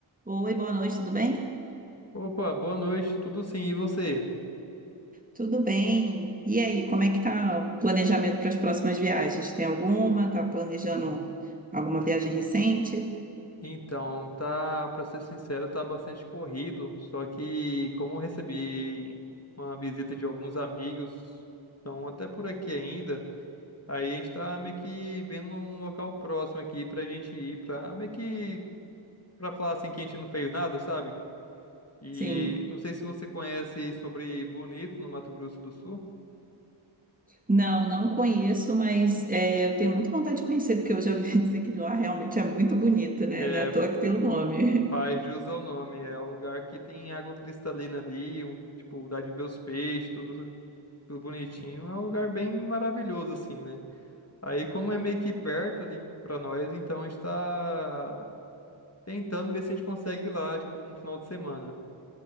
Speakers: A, on the right; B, on the left.
A: Oi, boa noite, tudo bem?
B: Opa, boa noite, tudo sim, e você?
A: Tudo bem. E aí, como é que tá o planejamento para as próximas viagens? Tem alguma? Tá planejando alguma viagem recente?
B: Então, tá, pra ser sincero, tá bastante corrido, só que como eu recebi uma visita de alguns amigos, estão até por aqui ainda, aí a gente tá meio que vendo um local próximo aqui pra gente ir, pra meio que, pra falar assim que a gente não fez nada, sabe? E
A: Sim.
B: não sei se você conhece sobre Bonito, no Mato Grosso do Sul,
A: Não, não conheço, mas é, eu tenho muita vontade de conhecer, porque eu já vi <laughs> dizer que lá realmente é muito bonita, né?
B: É,
A: Não é à toa que tem o nome.
B: Faz
A: <laughs>
B: jus ao nome, é um lugar que tem água cristalina ali, um- tipo, dá de ver os peixes, tudo, tudo bonitinho. É um lugar bem maravilhoso, assim, né? Aí, como é meio que perto ali pra nós, então a gente tá tentando ver se a gente consegue ir lá, tipo, no final de semana.